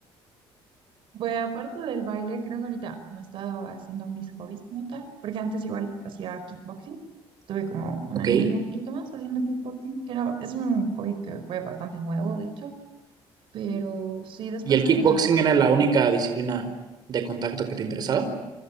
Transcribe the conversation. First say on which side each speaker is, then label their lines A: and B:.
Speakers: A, on the right (about 60°); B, on the right (about 45°).
A: Pues aparte del baile, creo que ahorita no he estado haciendo mis hobbies como tal, porque antes igual hacía kickboxing. Estuve como un
B: Ok.
A: año ya, un poquito más, haciendo kickboxing, que era- es un hobby que fue bastante nuevo, de hecho. Pero sí, después
B: ¿Y el
A: de
B: kickboxing
A: dejar
B: era la única disciplina de contacto que te interesaba?